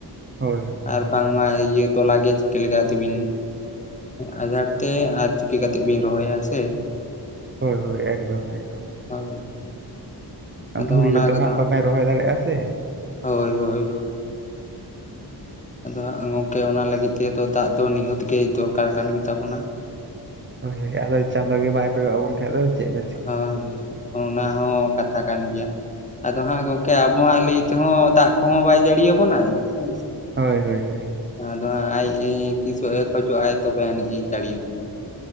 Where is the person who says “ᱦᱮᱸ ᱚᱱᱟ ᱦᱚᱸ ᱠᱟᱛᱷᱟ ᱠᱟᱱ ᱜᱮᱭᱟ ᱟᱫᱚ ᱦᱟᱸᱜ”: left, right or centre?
Left